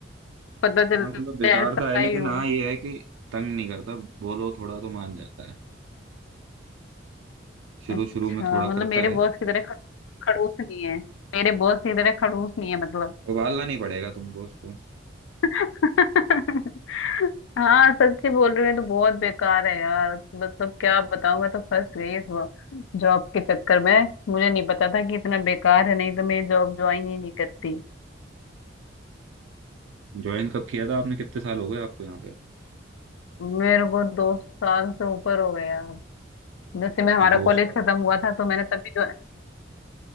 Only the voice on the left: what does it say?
पता चल
ऐसा
ही हो
अच्छा
मतलब
मेरे
बॉस की तरह ख- खड़ूस नहीं है मेरे बॉस की तरह खड़ूस नहीं है मतलब
<laughs> हाँ सच्ची बोल रही हूँ ये तो बहुत बेकार है यार मतलब क्या बताऊँ मैं तो फंस गई इस जॉब के चक्कर में मुझे नहीं पता था कि इतना बेकार है नहीं तो मैं जॉब ज्वाइन ही नहीं करती
मेरे को दो साल से ऊपर हो गया जैसे मैं हमारा
कॉलेज
खत्म हुआ था तो मैंने तभी जो